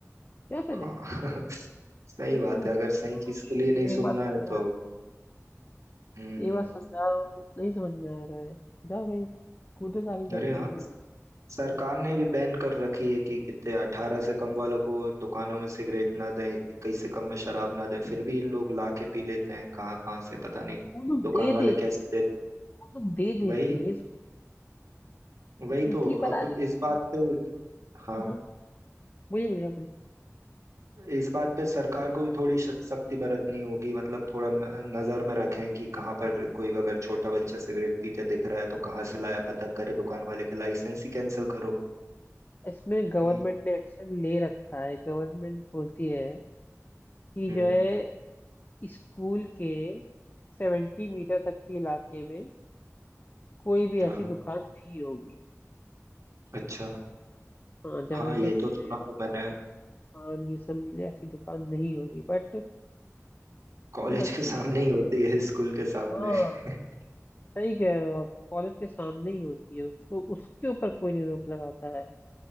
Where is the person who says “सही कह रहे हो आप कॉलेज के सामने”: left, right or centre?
Left